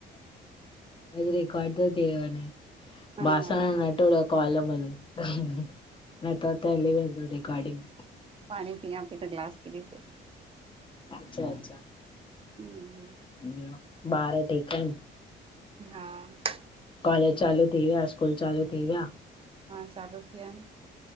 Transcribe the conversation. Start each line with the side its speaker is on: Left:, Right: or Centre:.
Left: रेकॉर्ड तो थी वने,
Right: हा
Left: बासण
Right: हा
Left: न टोड़ो कॉल मल, न त त हली वेंदो रिकॉर्डिंग।
Right: पाणी पीया पी त गिलास किरी पयो।
Left: अच्छा- अच्छा,
Right: हूं
Left: ॿियो ॿार ठीक इन?
Right: हा।
Left: कॉलेज चालू थी विया, स्कूल चालू थी विया?
Right: हा, चालू थी विया इन।